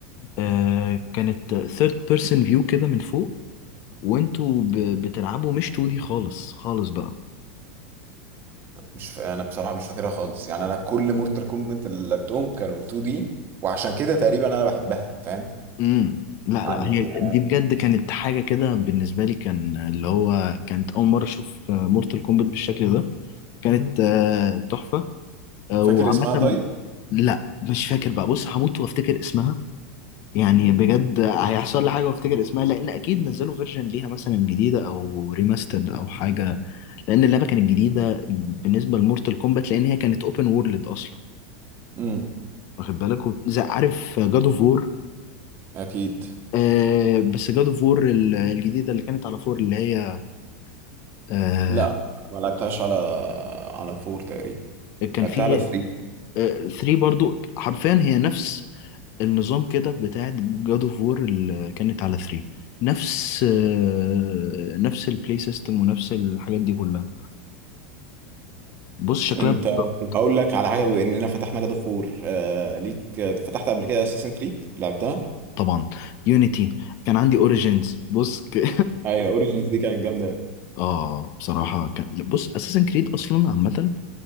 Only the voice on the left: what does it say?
آه كانت ثيرد بيرسون فيو كده من فوق وانتوا ب- بتلعبوا مش 2 دي خالص خالص بقى
امم لا
لا هي
دي بجد كانت حاجة كده بالنسبة لي كان اللي هو كانت أول مرة أشوف مورتال كومبات بالشكل ده كانت آه، تحفة آه،
وعامة
لا مش فاكر بقى بص هموت وافتكر اسمها يعني بجد هيحصل لي حاجه وافتكر اسمها لان اكيد نزلوا فيرجن ليها مثلا جديده او ريماسترد او حاجه لان اللعبه كانت جديده بالنسبه لمورتال كومبات لان هي كانت اوبن وورلد اصلا
واخد بالك وب- زي عارف جاد اوف وور
آه بس جاد اوف وور الجديده اللي كانت على فور اللي هي آه
كان
في
3 برضو حرفيا هي نفس النظام كده بتاعت جاد اوف وور اللي كانت على 3 نفس آه، نفس البلاي سيستم ونفس الحاجات دي كلها بص شكلها
بالظبط
طبعا يونيتي كان عندي اوريجينز بص ك... <laughs>
اه بصراحة كان بص اساسن كريد اصلا عامة